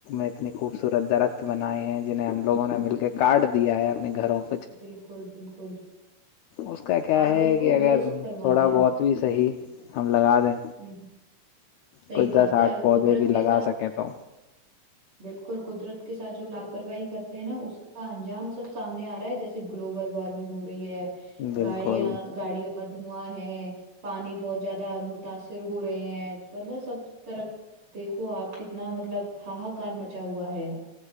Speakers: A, on the left; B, on the right.
A: اتنی خوبصورت درخت بنائے ہیں جنہیں ہم لوگوں نے مل کے کاارڈ دیا ہے اپنے گھروں کو
B: بالکل بالکل
A: اس کا کیا
B: آپ
A: ہے
B: بالکل
A: کہ اگر
B: درست فرما
A: تھوڑا
B: رہے ہیں
A: بہت بھی صحیح ہم لگا دیں
B: ہ صحیح
A: کچھ
B: بات
A: دس
B: ہے
A: آٹھ پودے
B: قدرت
A: بھی لگا
B: کے ساتھ
A: سکیں تو
B: بالکل قدرت کے سھ جو لاپرواہی کرتے ہیں نا اس کو کا انجام سب سامنے آ رہا ہے جیسے گلوبل وارمنگ ہو رہی ہے
A: بالکل
B: گاڑیاں گاڑیوں کا دھواں ہے پانی بہت زیادہ متاثر ہو رہے ہیں مطلب سب طرف دیکھو آپ کتنا مطلب ہا ہ کار مچا ہوا ہے